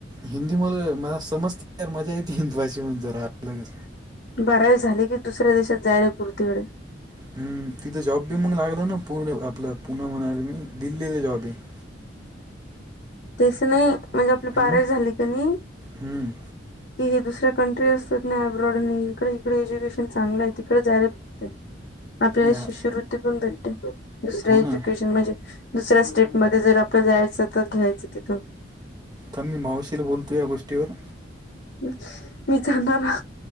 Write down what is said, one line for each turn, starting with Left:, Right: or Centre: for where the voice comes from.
Right: हिंदी मध्ये मला समजत तर मजा येते हिंदी भाषेून जरा अलगच,
Left: बारावी झाली की दुसऱ्या देशात जायला पूर्तीकडे.
Right: हम् तिथं जॉब बी मग लागला ना पुणे आपला पुन म्हणाल मी दिल्लीला जॉब आहे. <inaudible>
Left: तस नाही म्हणजे आपली
Right: हम्म
Left: बारा झाली का नाही,
Right: हम्म
Left: कि हे दुसऱ्या कंट्री असत ना अब्रॉड नाही इकडे इकडे एज्युकेशन चांगलं आहे तिकडे जायला त. आपल्याला
Right: हा,
Left: शिष्यवृत्ती पण भेटते दुसर
Right: हो
Left: एज्युकेशन
Right: ना
Left: म्हणजे, दुसऱ्या स्टेटमध्ये जर आपला जायचं तर घ्यायचं तिथून.
Right: तर मी मावशीला बोलतो या गोष्टीवर
Left: अम् <unintelligible> मी जाणार अ